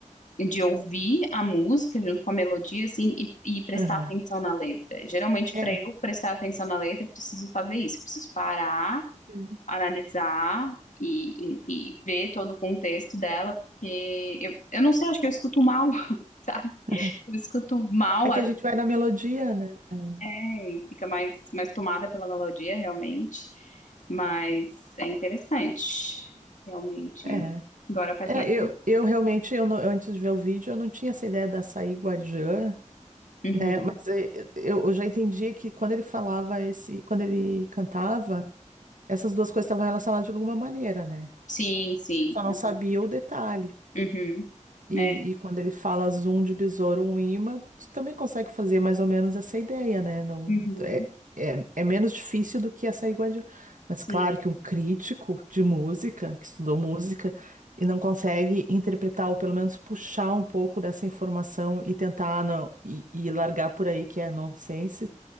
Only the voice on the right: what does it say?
Aham.
É.
Sim.
Aham.
É que
a
gente vai na melodia, né? É.
É,
é,
eu, eu realmente, eu não- antes de ver o vídeo, eu não tinha essa ideia da açaí guardiã,
né? Mas eh, eu, eu já entendia que quando ele falava esse, quando ele cantava, essas duas coisas estavam relacionadas de alguma maneira, né?
Só não
sabia o detalhe.
E,
e quando ele fala zoom de besouro, um imã, tu também consegue fazer mais ou menos essa ideia, né? Não,
é, é, é menos difícil do que essa iguaria. Mas
claro que um crítico de música, que estudou música, e não consegue interpretar, ou pelo menos puxar um pouco dessa informação e tentar não, e, e largar por aí que é nonsense,